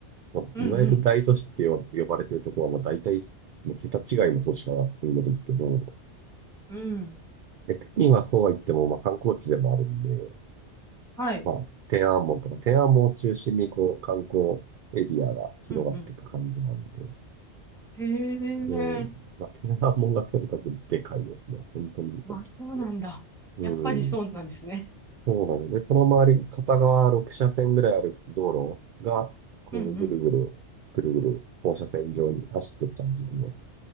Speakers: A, on the right; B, in the centre.
A: まあ、
B: うんうん。
A: いわゆる大都市って呼呼ばれてるところは、まあ、大体、もう桁違いの都市化が進んでるんですけど、
B: うん。
A: で、北京はそうは言っても、まあ、観光地でもあるんで、
B: はい。
A: まあ、天安門とか、天安門を中心に、こう、観光エリアが広がっていく感じなんで、
B: うんうん。へえ。
A: で、まあ、天安門がとにかくでかいですね。本当に大きくて。
B: あ、そうなんだ。
A: うん。
B: やっぱりそうなんですね。
A: そうなので、その周り、片側6車線ぐらいある道路が、こう、
B: うんうん。
A: ぐるぐる、ぐるぐる、放射線状に走ってった感じでね、